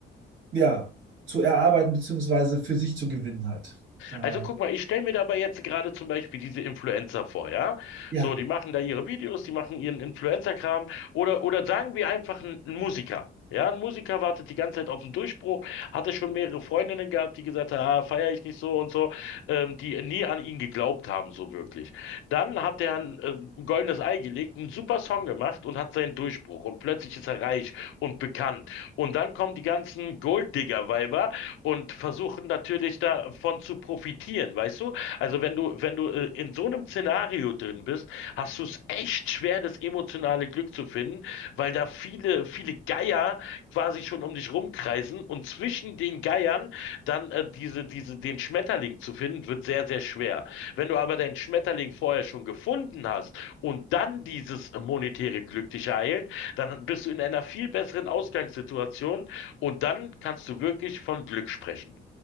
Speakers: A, on the right; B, on the left.
A: ja, zu erarbeiten beziehungsweise für sich zu gewinnen halt. Daher,
B: Also guck mal, ich stelle mir dabei jetzt gerade zum Beispiel diese Influencer vor, ja?
A: ja,
B: So, die machen da ihre Videos, die machen ihren Influencer-Kram oder, oder sagen wir einfach ein ein Musiker. Ja, ein Musiker wartet die ganze Zeit auf den Durchbruch, hatte schon mehrere Freundinnen gehabt, die gesagt haben, ah, feiere ich nicht so und so, ähm, die nie an ihn geglaubt haben, so wirklich. Dann hat er ein, ähm, ein goldenes Ei gelegt, einen super Song gemacht und hat seinen Durchbruch und plötzlich ist er reich und bekannt. Und dann kommen die ganzen Golddigger-Weiber, und versuchen natürlich davon zu profitieren, weißt du? Also wenn du, wenn du äh, in so einem Szenario drin bist, hast du es echt schwer, das emotionale Glück zu finden, weil da viele, viele Geier quasi schon um dich rumkreisen und zwischen den Geiern dann äh, diese, diese, den Schmetterling zu finden, wird sehr, sehr schwer. Wenn du aber deinen Schmetterling vorher schon gefunden hast und dann dieses monetäre Glück dich ereilt, dann bist du in einer viel besseren Ausgangssituation, und dann kannst du wirklich von Glück sprechen.